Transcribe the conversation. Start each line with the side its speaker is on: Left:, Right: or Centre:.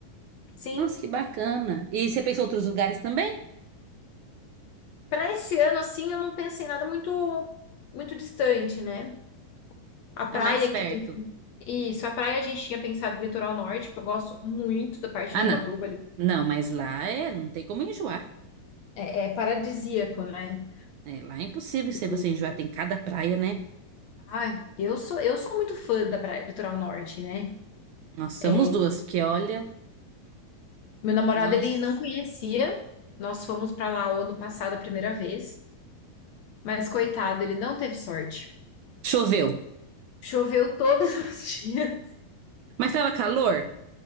Left: sim.
Right: Nossa, que bacana. E você pensou em outros lugares também?
Left: Para esse ano, assim, eu não pensei em nada muito, muito distante, né? A praia
Right: Ah, mais perto.
Left: aqui também. Isso, a praia a gente tinha pensado no litoral norte, que eu gosto muito da parte
Right: Ah,
Left: de Ubatuba
Right: não.
Left: ali.
Right: Não, mas lá é, não tem como enjoar.
Left: É, é paradisíaco, né?
Right: É, lá é impossível se
Left: E,
Right: você enjoar, tem cada praia, né?
Left: ai, eu sou, eu sou muito fã da praia do litoral norte, né?
Right: Nós somos
Left: É,
Right: duas, porque olha,
Left: Meu namorado,
Right: nossa.
Left: ele não conhecia. Nós fomos para lá o ano passado a primeira vez, mas coitado, ele não teve sorte.
Right: Choveu.
Left: Choveu todos <laughs> os dias.
Right: Mas tava calor?